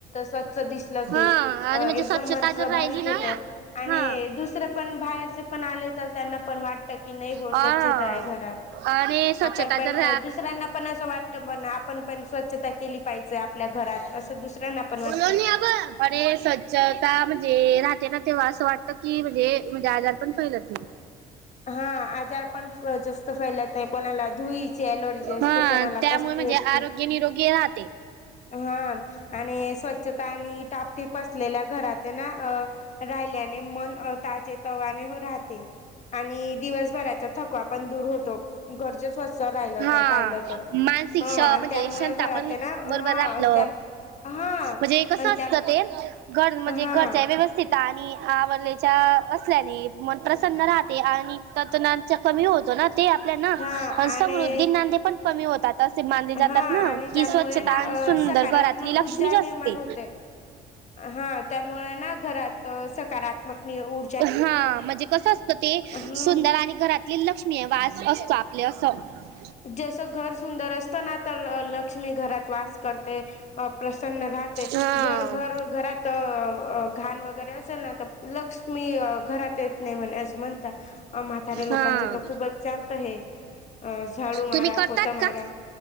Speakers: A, on the left (about 45°); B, on the right (about 80°).
A: स्वच्छ दिसल
B: हा
A: की एकदम
B: आणि म्हणजे स्वच्छता
A: मन. प्रभावित
B: जर राहिली ना
A: होत आणि
B: हा
A: दुसर पण बाहेर जे पण आले तर त्यांना पण वाटत की नाही हो
B: हा
A: स्वच्छता आहे घरात.
B: आणि स्वच्छता
A: आपण पण
B: जर
A: दुसऱ्यांना पण असं वाटत म्हण आपण पण स्वच्छता केली पाहिजे आपल्या घरात. असं दुसऱ्यांना पण
B: बोल
A: वाटतं.
B: अ ब अरे स्वच्छता म्हणजे रा <unintelligible> तेना तेव्हा असं वाटत की म्हणजे म्हणजे आजार पण फैलत नाही.
A: हा. आजार पण जास्त फैलत नाही कोणाला धुळीची अलर्जी असते
B: हा
A: कोणाला
B: त्यामुळे
A: कसली
B: म्हणजे
A: असते.
B: आरोग्य निरोगी आहात.
A: हा आणि स्वच्छता आणि टापटीप असलेल्या घरात ना अ राहिल्याने मन ताजे तवाने राहते आणि दिवसभराचा थकवा पण दूर होतो घरचे स्वच्छ रा
B: हा
A: पाहिलं तर
B: मानसिक श म्हणजे
A: त्यामुळे
B: क्षमता
A: घरात
B: पण
A: ना हा
B: बरोबर आपलं
A: त्या हा
B: म्हणजे कसं
A: आणि
B: असतं
A: त्या
B: ते घर म्हणजे
A: हा हा
B: घरच्या व्यवस्थित आणि आवरलेच्या असल्याने मन प्रसन्न राहत. आणि त कमी होतो ना ते आपल्या ना
A: हा आणि
B: समृद्धीनाे पण कमी होतात. असे मानले जातात
A: हा
B: ना
A: आणि
B: कि
A: त्यामुळे
B: स्वच्छता
A: ना
B: आणि
A: अ
B: सुंदर
A: सकारात्मक
B: घरातली लक्ष्मीच
A: ऊर्जा निर्माण
B: असते.
A: होते. हा त्यामुळे ना घरात सकारात्मक ऊ
B: हा म्हणजे कसं असतं ते
A: हा
B: सुंदर आणि घरातली लक्ष्मी आहे वास असतो आपले. यासम <unintelligible>
A: जस घर सुंदर असत ना तर लक्ष्मी घरात वास करते प्रसन्न
B: हा
A: जर घर घरात घाण वगैरे असेल ना लक्ष मी घरात येत नाही म्हणे असं म्हणता म्हाताऱ्या लोकांच
B: हा
A: तर खूपच चालतं हे अ झाडू मरा
B: तुम्ही करतात
A: पोछा मरा.
B: का